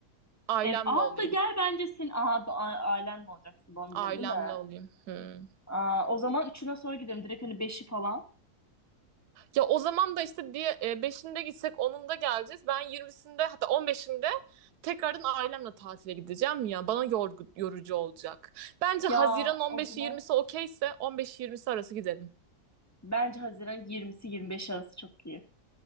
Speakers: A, on the right; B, on the left.
A: Ailemle
B: Ev, Aa,
A: olayım.
B: hatta gel bence senin aa, bu a- ailen mi olacaksın doğum
A: Ailemle
B: günü değil mi?
A: olayım. Hmm.
B: Aa, o zaman üçüne sonra gidelim direkt hani beşi falan.
A: Ya o zaman da işte diye e, 5'inde gitsek onunda geleceğiz. Ben 20'sinde hatta 15'inde tekrardan ailemle tatile gideceğim ya. Bana yorgu- yorucu olacak. Bence
B: Ya
A: Haziran 15'i
B: o zaman
A: 20'si okeyse 15-20'si arası gidelim.
B: Bence Haziran 20'si 25 arası çok iyi.